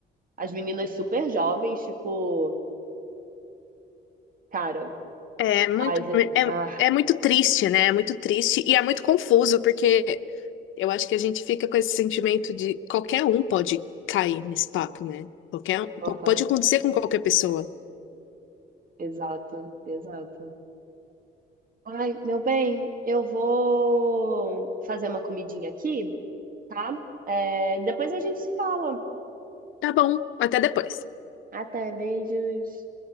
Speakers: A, on the right; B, on the left.
A: As meninas super jovens, tipo. Cara.
B: É muito,
A: Ai,
B: é,
A: ah,
B: é muito triste, né? É muito triste e é muito confuso, porque Eu acho que a gente fica com esse sentimento de qualquer um pode cair nesse papo, né? Qualquer, um-
A: aham,
B: pode acontecer com qualquer pessoa.
A: exato, exato. Ai, meu bem, eu vou fazer uma comidinha aqui, tá? É, depois a gente se fala.
B: Tá bom, até depois.
A: Até, beijos.